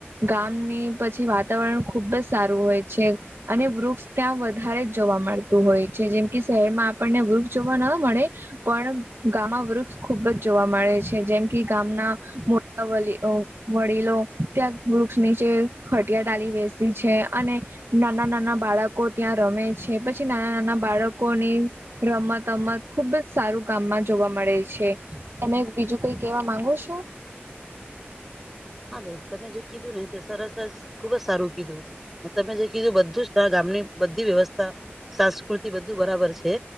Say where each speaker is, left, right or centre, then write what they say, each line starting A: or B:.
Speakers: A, on the right; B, in the centre.
A: ગામની પછી વાતાવરણ ખુબ જ સારું હોય છે. અને વૃક્ષ ત્યાં વધારે જ જોવા મળતું હોય છે જેમ કે શહેરમાં આપણને વૃક્ષ જોવા ના મળે પણ ગામમાં વૃક્ષ ખુબ જ જોવા મળે છે જેમ કે ગામના વ વડીલો ત્યાં વૃક્ષ નીચે ખટિયા ડાલી બેસી છે અને નાના નાના બાળકો ત્યાં રમે છે, પછી નાના નાના બાળકોને રમત અમત ખુબ જ સારું કામમાં જોવા મળે છે. તમે બીજું કઈ કેવા માંગો છો?
B: હા બેન તમે જે કીધું ને તે સરસસ ખુબ જ સારું કીધું તમે જે કીધું બધું જ તા ગામની બધી વ્યવસ્થા સંસ્કૃતિ બધું બરાબર છે